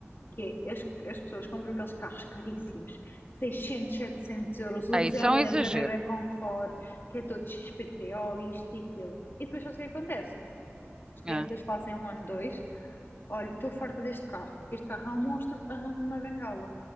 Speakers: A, on the left (about 50°); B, on the right (about 20°).
A: que é, as, as pessoas compram aqueles carros caríssimos, 600 700 euros, o
B: Ah,
A: Zélia
B: isso é um exagero.
A: da Bebé Conforto, que é todo XPTO, isto e aquilo. E depois só o que é acontece. As crianças
B: Ah.
A: fazem um ano, dois, olha, estou farta deste carro, este carro é um monstro, arranjo-me uma bengala.